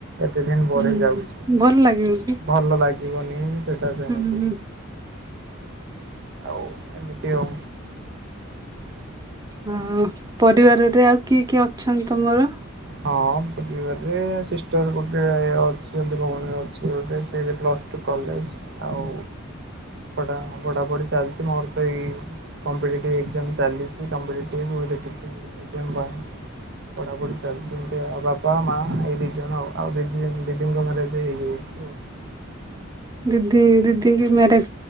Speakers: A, on the right; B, on the right.
A: ଏତେ ଦିନ ପରେ
B: ହୁଁ
A: ଯାଉଛି
B: ଭଲ ଲାଗିବ କି
A: ଭଲ ଲାଗି ଯିବନି ସେଇଟା ସେମିତି
B: ହୁଁ
A: ଆଉ ଏମିତି ଆଉ
B: ହଁ ପରିବାରରେ ଆଉ କିଏ କିଏ ଅଛନ୍ତି ତମର।
A: ହଁ ପରିବାରରେ ସିଷ୍ଟର ଗୋଟେ ଅଛି ଏମତୀ ଭଉଣୀ ଅଛି ଗୋଟେ ସେ ପ୍ଲସ୍ ଟୁ କଲେଜ ଆଉ ପଢ଼ା ପଢାପଢି ଚାଲିଚି ମୋରୋ ତ ଏଇ କମ୍ପିଟେଟିବ୍ ଏକ୍ସାମ ଚାଲିଚି କମ୍ପିଟେଟିବ୍ <unintelligible> ପଢ଼ାପଢ଼ି ଚା ଚାଲିଚି ଏମିତି ଆଉ ଆଉ ବାପା ମା ଏଇ ଦି ଜଣ ଆଉ ଆଉ ଦିଦି ଦିଦିଙ୍କ ମ୍ୟାରେଜ ହେଇଯାଇଚି ଆଉ।
B: ଦିଦି ଦିଦିଙ୍କି ମ୍ୟା